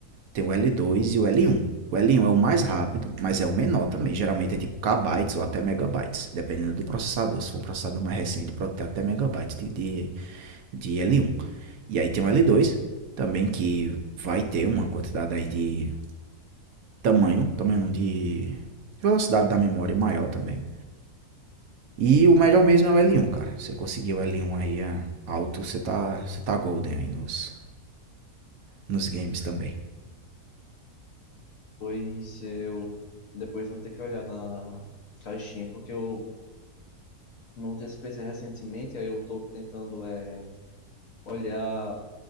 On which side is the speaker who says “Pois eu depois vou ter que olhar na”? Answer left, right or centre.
Left